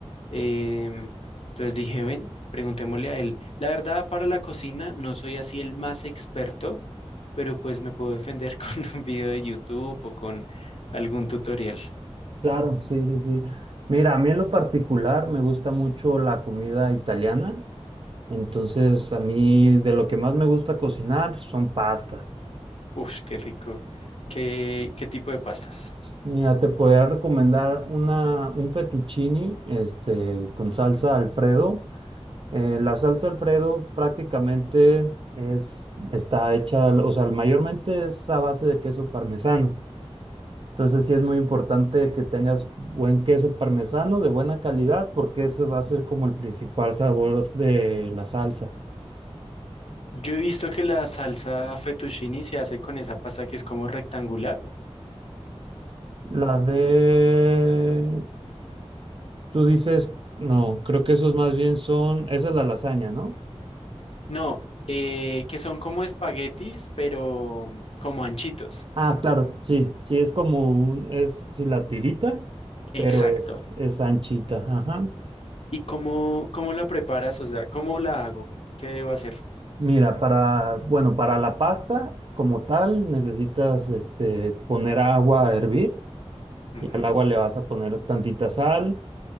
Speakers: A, on the left (about 65°); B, on the right (about 55°).
A: em, entonces dije, ven, preguntémosle a él. La verdad, para la cocina no soy así el más experto, pero pues me puedo defender <laughs> con un video de YouTube o con algún tutorial.
B: Claro, sí, sí, sí. Mira, a mí en lo particular me gusta mucho la comida italiana. Entonces, a mí de lo que más me gusta cocinar son pastas.
A: Uf, qué rico. ¿Qué, qué tipo de pastas?
B: Mira, te podría recomendar una, un fettuccine, este, con salsa Alfredo. Eh, la salsa Alfredo prácticamente es, está hecha, o sea, mayormente es a base de queso parmesano. Entonces sí es muy importante que tengas buen queso parmesano de buena calidad porque ese va a ser como el principal sabor de la salsa.
A: Yo he visto que la salsa fettuccine se hace con esa pasta que es como rectangular.
B: La de... Tú dices, no, creo que esos más bien son, esa es la lasaña, ¿no?
A: No, eh, que son como espaguetis, pero como anchitos.
B: Ah, claro, sí, sí, es como un, es así la tirita, pero
A: Exacto.
B: es, es anchita, ajá.
A: ¿Y cómo, cómo la preparas? O sea, ¿cómo la hago? ¿Qué debo hacer?
B: Mira, para, bueno, para la pasta como tal necesitas este, poner agua a hervir
A: Ujú,
B: y al agua le vas a poner tantita sal